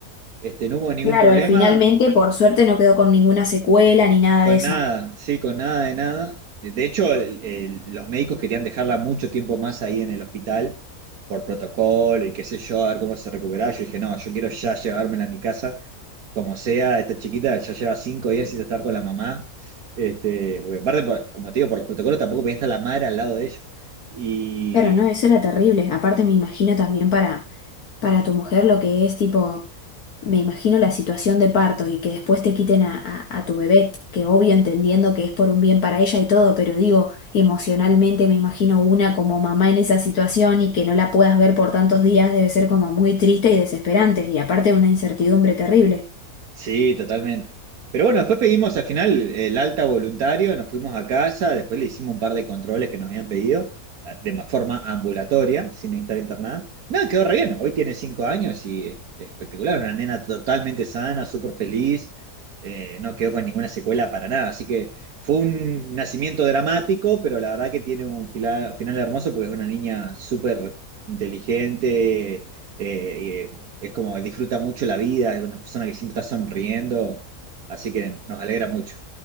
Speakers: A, on the right; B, on the left.
A: Este, no hubo ningún
B: Claro,
A: problema,
B: finalmente, por suerte, no quedó con ninguna secuela ni nada
A: con
B: de eso.
A: nada, sí, con nada de nada. De de hecho, el- el- los médicos querían dejarla mucho tiempo más ahí en el hospital por protocolo y qué sé yo, a ver cómo se recuperaba. Yo dije, no, yo quiero ya llevármela a mi casa, como sea, esta chiquita ya lleva cinco días sin estar con la mamá. Este, porque aparte, por- como te digo, por los protocolos tampoco podía estar la madre al lado de ella. Y
B: Pero no, eso era terrible. Aparte me imagino también para, para tu mujer lo que es tipo, me imagino la situación de parto y que después te quiten a, a- a tu bebé, que obvio entendiendo que es por un bien para ella y todo, pero digo, emocionalmente me imagino una como mamá en esa situación y que no la puedas ver por tantos días debe ser como muy triste y desesperante y aparte una incertidumbre terrible.
A: Sí, totalmente. Pero bueno, después pedimos al final el alta voluntario, nos fuimos a casa, después le hicimos un par de controles que nos habían pedido, ah, de ma- forma ambulatoria, sin estar internada. Nada, quedó re bien. Hoy tiene cinco años y es espectacular, una nena totalmente sana, súper feliz, eh, no quedó con ninguna secuela para nada. Así que fue un nacimiento dramático, pero la verdad que tiene un fila- final hermoso porque es una niña súper inteligente eh, y, eh, es como disfruta mucho la vida, es una persona que siempre está sonriendo, así que nos alegra mucho.